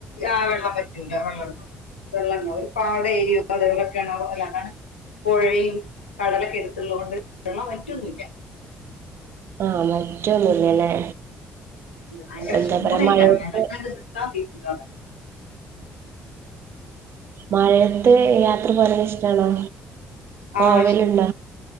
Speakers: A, on the left; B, on the right.
A: ആ വെള്ളം പറ്റില്ല വെള്ളള്ള വെള്ളം ഒരു പാട ഏരിയോ അതപോലെൊക്കെയാണ് ഓർല്ല അതാണ് പുഴയും കടലൊക്കെ എടുത്തുള്ളതത് കൊണ്ട് വെള്ള വറ്റൊന്നില്ല
B: ആ മറ്റൊന്നുംല്ലല്ലേ
A: ഭയങ്കര
B: എന്താ
A: ചൂടായി
B: പറയാ മഴയത്ത്
A: കാരക്കത് നിക്കാൻ വയ്ക്കൂല
B: മലയത്തെ യാത്ര പറയുന്നത് ഇഷ്ടാണോ
A: ആ
B: ആഹ
A: ഇഷ്ടം
B: വലുണ്ട